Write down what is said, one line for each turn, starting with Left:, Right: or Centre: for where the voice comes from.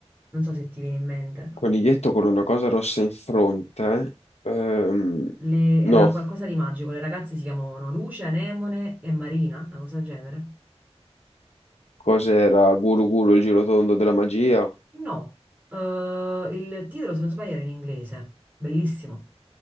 Right: Non so se ti viene in mente.
Left: Coniglietto con una cosa rossa in fronte? Ehm,
Right: Le-
Left: no.
Right: Era qualcosa di magico. Le ragazze si chiamavano Luce, Anemone e Marina, una cosa del genere.
Left: Cos'era? Guru Guru, il girotondo della magia.
Right: No, Eh, il titolo, se non sbaglio, era in inglese. Bellissimo.